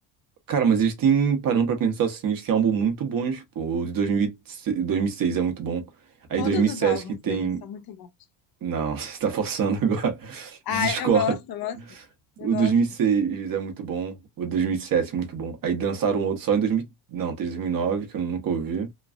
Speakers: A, on the right (about 45°); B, on the left (about 50°).
A: Cara, mas eles têm, parando pra pensar assim, eles têm álbum muito bons, pô. O de 2006 2006 é muito bom. Aí
B: Todos
A: 2007
B: os álbuns
A: que tem
B: dele são muito bons.
A: Não, <laughs> você tá forçando agora. <laughs>
B: Ah,
A: Discordo.
B: eu gosto, eu gosto, eu
A: O
B: gosto.
A: 2006 é muito bom. O 2007 é muito bom. Aí dançaram outro só em 2000... Não, teve 2009, que eu nunca ouvi.